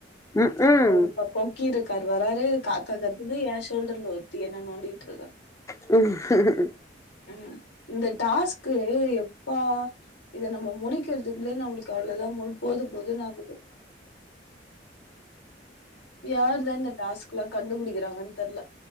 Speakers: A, on the left; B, on the left.
A: ம் ம்
B: அது ஒரு பக்கோ கீரக் வராது காக்கா கத்துது எ ஷோல்டர்ல ஒர்த்தி என்ன நோண்டிட்ருக்கா
A: ம்
B: ம் இந்த டாஸ்கு எப்பா இத நம்ம முடிக்கற்துக்குள்ளே நம்மளுக்கு அவ்ளதா போல் போது போதுன் ஆகுது யாரு தா இந்த டாஸ்க்குலா கண்டுபுடிக்கிறாங்கன் தெர்ல